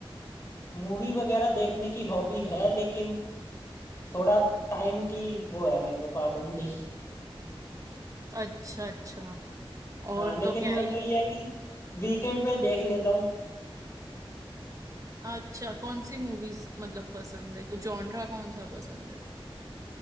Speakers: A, on the left (about 25°); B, on the right (about 35°).
A: मूवी वगैरह देखने की हॉबी है लेकिन थोड़ा टाइम की वो है मेरे पे पाबंदी
B: अच्छा अच्छा और
A: हाँ
B: तो
A: लेकिन
B: क्या
A: मैं
B: ही
A: वही है कि वीकेंड पे देख लेता हूँ
B: अच्छा कौन सी मूवीज मतलब पसंद है जॉनरा कौन सा पसंद है